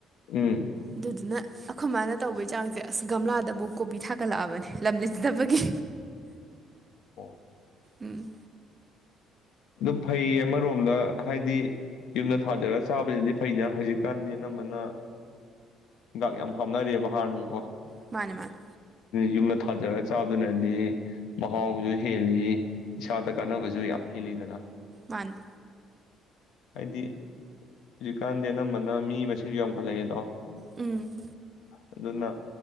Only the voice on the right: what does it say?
ꯑꯗꯨꯗꯨꯅ ꯑꯩꯈꯣꯏ ꯃꯥꯅ ꯇꯧꯕꯩ ꯆꯥꯡꯁꯦ ꯑꯁ ꯒꯝꯂꯥꯗꯕꯨ ꯀꯣꯕꯤ ꯊꯥꯒꯠꯂꯛꯑꯕꯅꯦ ꯂꯝ ꯂꯩꯖꯥꯗꯥꯕꯒꯤ
ꯎꯝ
ꯃꯥꯅꯦ ꯃꯥꯅꯦ
ꯃꯥꯅꯤ
ꯎꯝ